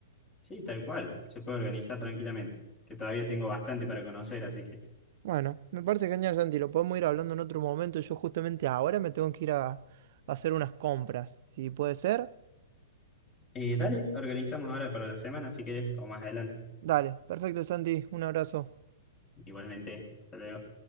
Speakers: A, on the left; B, on the right.
A: Sí, tal cual. Se puede organizar tranquilamente. Que todavía tengo bastante para conocer, así que.
B: Bueno, me parece genial, Santi. Lo podemos ir hablando en otro momento. Yo justamente ahora me tengo que ir a, a hacer unas compras. Si puede ser.
A: Eh, dale, organizamos ahora para la semana si querés o más adelante.
B: Dale, perfecto, Santi. Un abrazo.
A: Igualmente. Hasta luego.